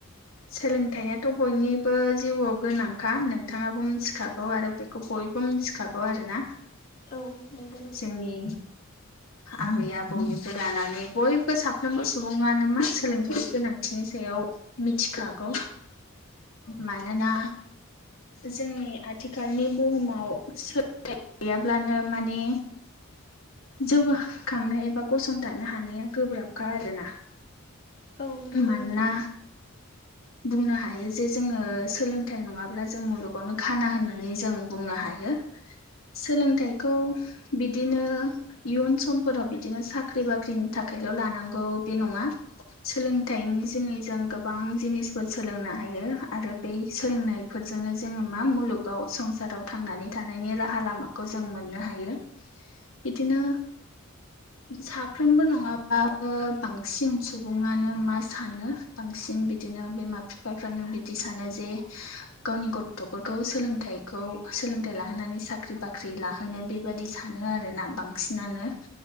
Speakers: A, on the left (about 75°); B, on the left (about 45°).
A: सोलोंथाइआथ' बयनिबो जिउआव गोनांखा नोंथाङाबो मिथिखागौ आरो बे खौ बयबो मिथिखागौ आरोना
B: औ नंगौ नोंथां
A: जोंनि आबै आबौनिफ्राय लानानै बयबो साफ्रोमबो सुबुङानो मा सोलोंथाइ गोनां थिनि सायाव मिथिखागौ।
B: औ
A: मानोना जोंनि आथिखालनि बुहुमाव सोलोंथाइ गैयाब्लानो माने जौगाखांनो एबा गसंथानो हानाया गोब्राबखा आरोना।
B: औ नंगौ
A: मानोना
B: नोंथां
A: बुंनो हायो जे जोङो सोलोंथाइ नङाब्ला जों मुलुगावनो खाना होननानै जों बुंनो हायो। सोलोंथाइखौ
B: औ
A: बिदिनो इयुन समफोराव बिदिनो साख्रि बाख्रिनि थाखायल' लानांगौ बे नङा। सोलोंथाइनि जुनै जों गोबां जिनिसफोर सोलोंनो हायो आरो बे सोलोंनाय बेफोरजोंनो जोङो मा मुलुगाव संसाराव थांनानै थानायनि राहा लामाखौ जों मोननो हायो। बिदिनो साफ्रोमबो नङाब्लाबो बांसिन सुबुङानो मा सानो बांसिन बिदिनो बिमा बिफाफ्रानो बिदि सानो जे गावनि गथ'फोरखौ सोलोंथाइ खौ सोलोंथाइ लाहोनानै साख्रि बाख्रि लाहोनो बेबादि सानो आरो ना। बांसिनानो